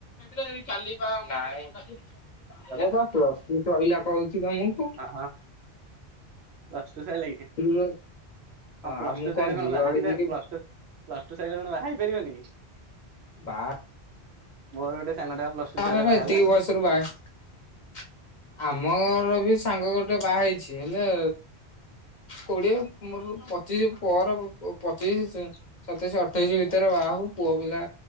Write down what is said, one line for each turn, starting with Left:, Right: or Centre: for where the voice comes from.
Left: ନାଁଇ। ମୋର
Right: ଆଉ
Left: ପ୍ଲସ ଟୁ ଶଇଲା କହୁଚି। କି କାମକୁ।
Right: ହଁ ହଁ ପ୍ଲସ ଟୁ ସଇଲା କି?
Left: ର
Right: ହଁ ପ୍ଲସ
Left: ଆଉ ମୁଁ
Right: ଟୁ ସଇଲେ
Left: ଝିଅ
Right: କଣ ବାହାହେଇ
Left: ହେଇଛି
Right: ପା
Left: କି
Right: ପ୍ଲସ ଟୁ ପ୍ଲସ୍ ଟୁ ସଇଲେ କଣ ବାହା ହେଇପାରିବନି କି?
Left: ବା
Right: ମୋର ଗୋଟେ ସାଙ୍ଗଟେ ପା ପ୍ଲସ ଟୁ
Left: ହଁ
Right: ସଇଲା ବାହା
Left: ଏତିକି
Right: ହେଲା
Left: ବୟଷରୁ ବାହା ଆମ ଘର ବି ସାଙ୍ଗ ଗୋଟେ ବାହା ହେଇଛି ହେଲେ କୋଡିଏ ମୋର ପଚିଶ ପରେ ପ ପ ପଚିଶ ସତେଇଶ ଅଠେଇଶି ଭିତରେ ବାହା ହବୁ ପୁଅ ପିଲା